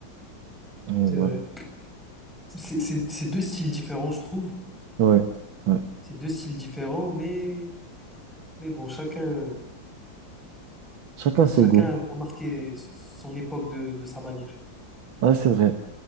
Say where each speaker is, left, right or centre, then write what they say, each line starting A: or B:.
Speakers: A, on the right; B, in the centre.
A: Et
B: c'est
A: voilà.
B: vrai. C'est c'est- c'est deux styles différents, je trouve.
A: Ouais, ouais.
B: C'est deux styles différents, mais, mais bon, chacun,
A: Chacun ses
B: chacun
A: goûts.
B: a marqué son époque de de sa manière.
A: Ah, c'est vrai.